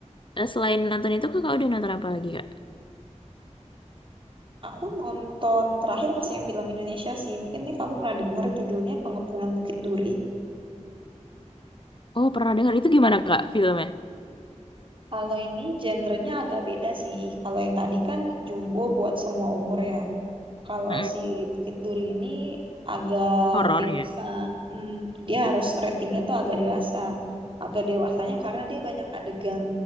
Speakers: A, on the left; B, on the right.
A: eh, selain nonton itu kakak udah nonton apa lagi kak?
B: Aku nonton terakhir masih yang film Indonesia sih. Mungkin nih kamu pernah dengar judulnya Pengepungan Bukit Duri.
A: Oh pernah dengar itu gimana kak filmnya?
B: Kalau ini genrenya agak beda sih. Kalau yang tadi kan Jumbo buat semua umur ya. Kalau
A: Mm-mm.
B: si Bukit Duri ini agak
A: Horor
B: dewasa.
A: ya?
B: Hmm, dia harus ratingnya tuh agak dewasa. Agak dewasanya karena dia banyak adegan